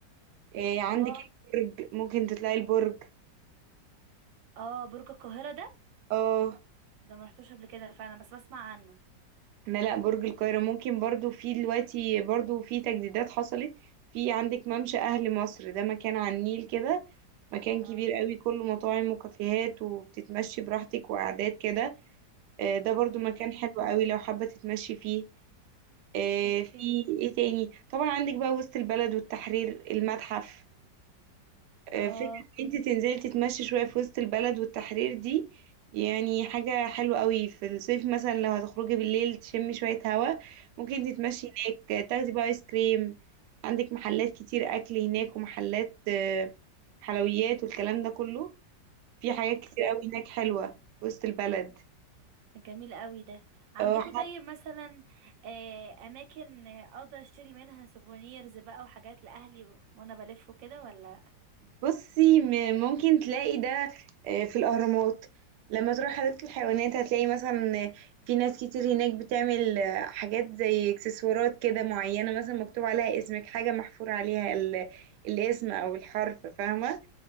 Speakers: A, on the right (about 75°); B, on the right (about 80°).
A: إيه عندك
B: واو
A: البرج ممكن تطلعي البرج
B: اه برج القاهرة ده
A: اه
B: ده ما رحتوش قبل كده فانا بس بسمع عنه
A: لا لا برج القاهرة ممكن برضو في دلوقتي برضو في تجديدات حصلت في عندك ممشى أهل مصر ده مكان على النيل كده مكان
B: اه
A: كبير قوي كله مطاعم وكافيهات وبتتمشي براحتك وقعدات كده آه، ده برضو
B: اوكي
A: مكان حلو قوي لو حابة تتمشي فيه آه،
B: اوكي
A: في ايه تاني طبعا عندك بقى وسط البلد والتحرير المتحف آه،
B: اه
A: فكرة ان انت تنزلي تتمشي شوية في وسط البلد والتحرير دي يعني حاجة حلوة قوي في الصيف مثلا لو هتخرجي بالليل تشمي شوية هوا ممكن تتمشي هناك آه، تاخدي بقى ايس كريم عندك محلات كتير اكل هناك ومحلات آه، حلويات والكلام ده كله في حاجات
B: اوكي
A: كتير قوي هناك حلوة في وسط البلد
B: جميل قوي ده عندكم
A: آه،
B: طيب مثلا آه، اماكن آه، اقدر اشتري منها سوفونيرز بقى وحاجات لاهلي وانا بلف وكده ولا
A: بصي م- ممكن تلاقي ده آه، في الأهرامات لما تروح حديقة الحيوانات هتلاقي مثلا آه، في ناس كتير هناك بتعمل آه، حاجات زي اكسسوارات كده معينة مثلا مكتوب عليها اسمك حاجة محفور عليها ال- الاسم أو الحرف فاهمة